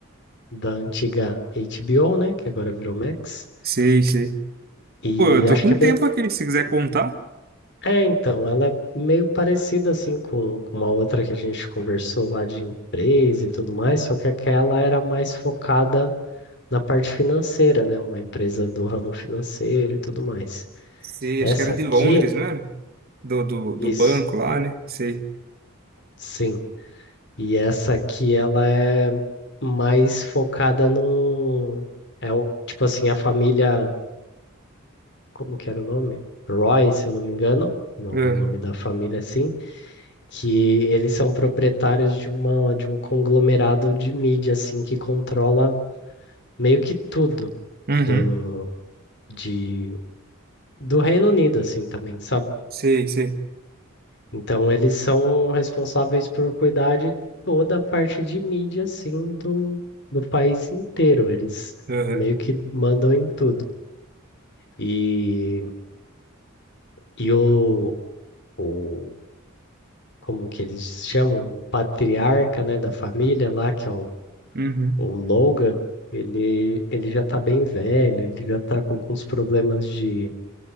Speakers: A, on the left; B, on the right.
A: da antiga HBO, né? Que agora virou Max.
B: Sei, sei.
A: E
B: Pô, eu tô
A: acho
B: com
A: que é bem,
B: tempo aqui, se quiser contar.
A: É, então, ela é meio parecida assim com, com uma outra que a gente conversou lá de empresa e tudo mais, só que aquela era mais focada na parte financeira, né? Uma empresa do ramo financeiro e tudo mais.
B: Sei,
A: Essa
B: acho que era
A: aqui,
B: de Londres, não era? Do, do, do
A: isso,
B: banco lá, né? Sei.
A: sim. E essa aqui, ela é mais focada no, é um, tipo assim, a família, como que era o nome? Roy, se eu não me engano, no-
B: Ah,
A: o nome da família, assim. que eles são proprietários de uma de um conglomerado de mídia assim que controla meio que tudo
B: Uhum.
A: do de do Reino Unido assim também, sabe?
B: Sei, sei.
A: Então eles são responsáveis por cuidar de toda a parte de mídia assim do do país inteiro. Eles
B: Aham.
A: meio que mandam em tudo. E e o, o como que eles chamam? O patriarca, né, da família lá, que é o
B: Uhum.
A: o Logan, ele, ele já tá bem velho, ele já tá com alguns problemas de,